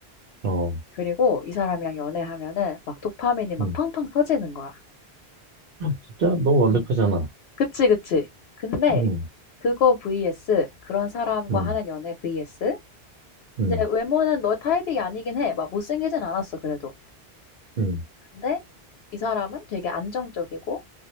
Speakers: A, on the right; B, on the left.
A: 어,
B: 그리고 이 사람이랑 연애하면은 막 도파민이 막
A: 음.
B: 팡팡 터지는 거야.
A: 진짜 너무 완벽하잖아.
B: 음. 그치, 그치. 근데
A: 음,
B: 그거 vs 그런 사람과
A: 음,
B: 하는 연애 vs
A: 음,
B: 이제 외모는 너 타입이 아니긴 해. 막 못생기진 않았어, 그래도.
A: 음.
B: 근데 이 사람은 되게 안정적이고